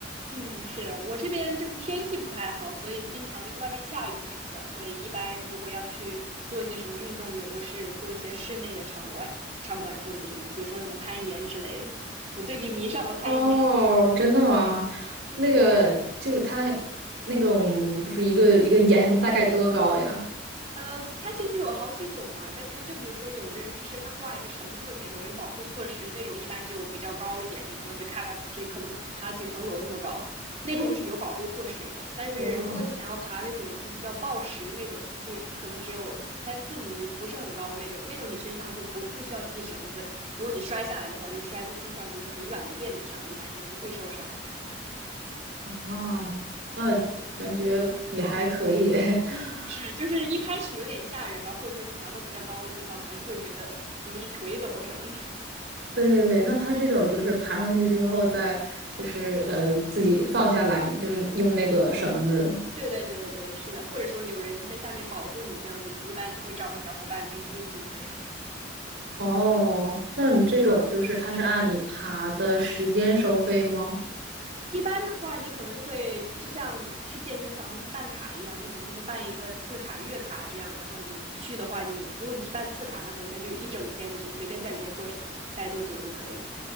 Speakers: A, on the right; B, on the right.
A: 嗯，是，我这边就是天气不太好，所以经常就是外面下雨什么的，所以一般如果要去做一些什么运动，也都是做一些室内的场馆，场馆做一些运动，比如说什么攀岩之类的。我最近迷上了攀岩，
B: 哦，真的吗？
A: <laughs> 嗯。
B: 那个就是它那种就是一个一个盐大概多高呀？
A: 呃，它其实有好几种吧，但是就比如说，有的人是身上挂一个绳子那种，有保护措施那种，一般就比较高一点，你可能会看它，这可能爬几层楼那么高，那种就是有保护措施的。
B: 嗯
A: 但是如果你想要爬那种就是叫抱石那种，
B: 哇
A: 就可能只有三四米，不是很高那种，那种你身上就不不需要系绳子，如果你摔下来的话，就摔在地上的一个很软的垫子上，一般也不会受伤。这样
B: 哇那嗯，感觉也还可以。<laughs>
A: 是，就是一开始有点吓人吧，或者说你爬到比较高的地方，还是会觉得容易腿抖什么的。
B: 对对对，那它这种就是爬上去之后再就是呃自己放下来嘛，就是用那个绳子。
A: 对对对对对，是的，或者说有人在下面保护你这样子，你一般就会找个小伙伴跟你一组这样。
B: 哦，那你这种就是它是按你爬的时间收费吗？
A: 一般的话，你可能就会就像去健身房办卡一样，你可能就会办一个次卡、月卡这样。然后你去的话，你如果你是办次卡，那可能他就一整天，你就随便在里面做什么，待多久都可以。